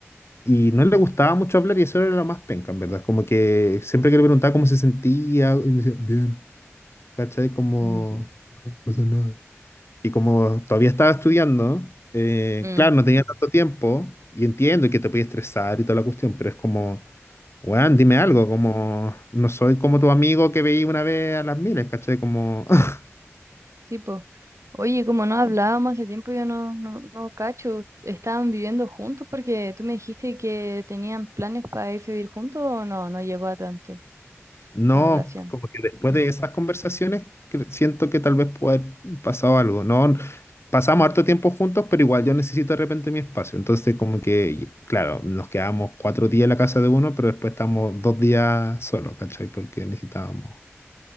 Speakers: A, on the left; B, on the right.
A: y no le gustaba mucho hablar y eso era lo más penca, en verdad. Como que siempre que le preguntaba cómo se sentía, y decía, bien, ¿cachai? Como,
B: Mm.
A: no pasa nada. Y como todavía estaba estudiando, eh,
B: Mm,
A: claro, no tenía tanto tiempo y entiendo que te puede estresar y toda la cuestión, pero es como, weón, dime algo, como, no soy como tu amigo que veí una vez a las miles, ¿cachai? Como, <laughs>
B: sí, pues. Oye, como no hablábamos hace tiempo, yo no, no, no cacho, ¿estaban viviendo juntos? Porque tú me dijiste que tenían planes para irse a vivir juntos o no, no llegó a tanto
A: no,
B: la relación.
A: como que después de esas conversaciones cre- siento que tal vez puede haber pasado algo. No, pasamos harto tiempo juntos, pero igual yo necesito de repente mi espacio. Entonces, como que, y- claro, nos quedábamos cuatro días en la casa de uno, pero después estamos dos días solos, ¿cachai? Porque necesitábamos